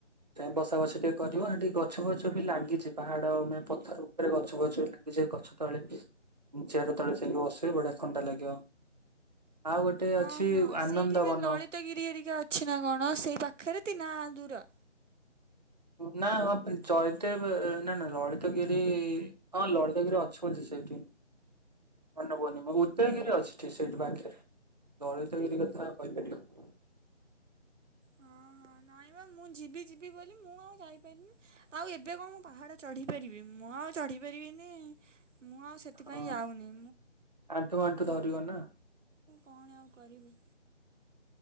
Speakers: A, on the right; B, on the right.
A: ବସା ବସ ଟିକେ କରିବ ଆ ଟିକେ ଗଛ ବଛ ବି ଲାଗିଛି ପାହାଡ ମାନେ ପଥର ଉପରେ ଗଛ ବଛ ଲାଗିଛି ଗଛ ତଳେ ଚେର ତଳେ ଯାଇକି ବସିବେ ବଢିଆ ଥଣ୍ଡା ଲାଗିବ। ଆଉ ଗୋଟେ ଅଛି
B: ଅହଁ
A: ଆନନ୍ଦବନ
B: ସେଇଠି ବି ଲଳିତଗିରି ହରିକା ଅଛି ନା କଣ ସେଇ ପାଖ୍ ଖରତି ନା ଦୂର।
A: ନା ହଁ ଜୟଦେବ ନା ନା ଲଳିତଗିରି ହଁ ଲଳିତଗିରି ଅଛି ବୋଲି ସେଇଠି ଅନପୂର୍ଣ୍ଣିମା ଉଦୟଗିରି ଅଛି ସେଠି ପାଖରେ ଲଳିତଗିରି କଥା କହିପାରିବିନି।
B: ହଁଁ ନାଇଁ ବା ମୁଁ ଯିବି ଯିବି ବୋଲି ମୁଁ ଆଉ ଯାଇପାରିନି ଆଉ ଏବେ କଣ ପାହାଡ଼ ଚଢ଼ିପାରିବି ମୁଁ। ମୁଁ ଆଉ ଚଢି ପାରିବିନି। ମୁଁ ଆଉ ସେଥିପାଇଁ
A: ହଁ
B: ଯାଉନି।
A: ଆଣ୍ଠୁ ଆଣ୍ଠୁ ଧରିବ ନା।
B: କଣ ଆଉ କରିବି?